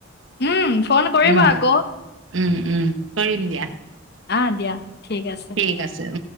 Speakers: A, on the left; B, on the right.
A: উম, ফন কৰিবা
B: উম
A: আকৌ।
B: উম, উম কৰিম দিয়া।
A: অ দিয়া ঠিক আছ
B: ঠিক আছে উ।